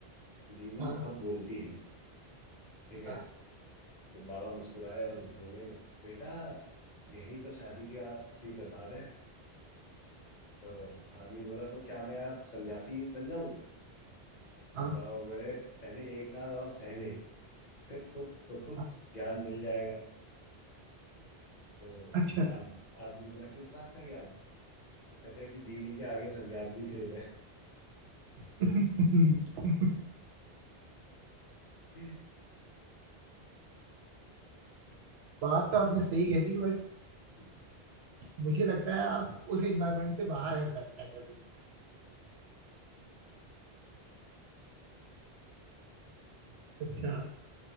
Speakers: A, on the left; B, on the right.
A: बीवी
B: हाँ
A: बहुत बोलती है ठीक है
B: हाँ
A: तो बाबा मुस्कुराए और बोले बेटा यही तो शादी की आ- असली प्रसाद है तो आदमी बोला तो क्या मैं अब सन्यासी बन जाऊं
B: हाँ
A: तो बाबा बोले पहले एक साल और सह ले फिर खुद खुद
B: हाँ
A: ज्ञान मिल जाएगा तो
B: अच्छा
A: आद, आदमी बोला किस बात का ज्ञान कहता है कि बीवी के आगे सन्यास भी फेल
B: <laughs>
A: है
B: बात तो आपने सही कह दी बट
A: <laughs>
B: मुझे लगता है आप उस एनवायरमेंट से बाहर हैं शायद अभी अच्छा